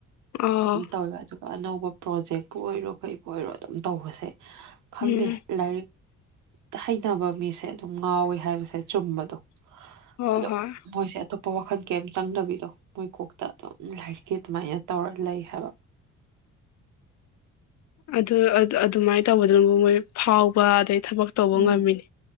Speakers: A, on the left (about 65°); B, on the right (about 80°).
A: ꯑꯣ
B: ꯑꯗꯨꯝ ꯇꯧꯋꯦꯕ ꯑꯗꯨ ꯑꯅꯧꯕ ꯄ꯭ꯔꯣꯖꯦꯛꯄꯨ ꯑꯣꯏꯔꯣ ꯀꯩꯕꯨꯨ ꯑꯣꯏꯔꯣ ꯑꯗꯨꯝ ꯇꯧꯕꯁꯦ ꯈꯪꯗꯦ
A: ꯎꯝ
B: ꯂꯥꯏꯔꯤꯛ ꯍꯩꯅꯕ ꯃꯤꯁꯦ ꯑꯗꯨꯝ ꯉꯥꯎꯋꯦ ꯍꯥꯏꯕꯁꯦ ꯆꯨꯝꯕꯗꯣ꯫
A: ꯍꯣꯏ
B: ꯑꯗꯣ
A: ꯍꯣꯏ
B: ꯃꯣꯏꯁꯦ ꯑꯇꯣꯞꯄ ꯋꯥꯈꯜ ꯀꯩꯝ ꯆꯪꯗꯕꯤꯗꯣ ꯃꯣꯏ ꯀꯣꯛꯇ ꯑꯗꯨꯝ ꯂꯥꯏꯔꯤꯛꯀꯤ ꯑꯗꯨꯃꯥꯏꯅ ꯇꯧꯔ ꯂꯩ ꯍꯥꯏꯕ꯫
A: ꯑꯗꯨ ꯑꯗꯨ-ꯑꯗꯨꯃꯥꯏꯅ ꯇꯧꯕꯗꯨꯅꯕꯨ ꯃꯣꯏ ꯐꯥꯎꯕ ꯑꯗꯩ ꯊꯕꯛ ꯇꯧꯕ
B: ꯎꯝ
A: ꯉꯝꯃꯤꯅꯦ